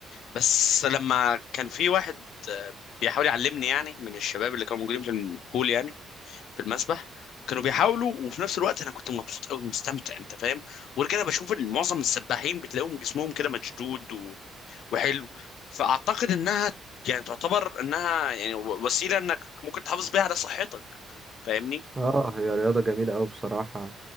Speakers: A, on the left; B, on the right.
A: بس لما كان في واحد آه، بيحاول يعلمني يعني من الشباب اللي كانوا موجودين في البول يعني في المسبح كانوا بيحاولوا وفي نفس الوقت انا كنت مبسوط قوي مستمتع انت فاهم وغير كده بشوف إن معظم السباحين بتلاقيهم جسمهم كده مشدود و... وحلو فاعتقد انها يعني تعتبر انها يعني و- وسيله انك ممكن تحافظ بيها على صحتك فاهمني
B: اه هي رياضه جميله قوي بصراحه